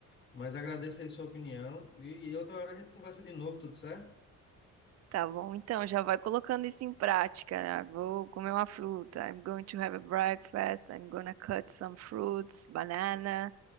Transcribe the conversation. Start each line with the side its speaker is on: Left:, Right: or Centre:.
Left: Mas agradeço aí sua opinião e, e outra hora a gente conversa de novo, tudo certo?
Right: Tá bom, então já vai colocando isso em prática, né? Vou comer uma fruta. I'm going to have a breakfast. I'm gonna cut some fruits, banana.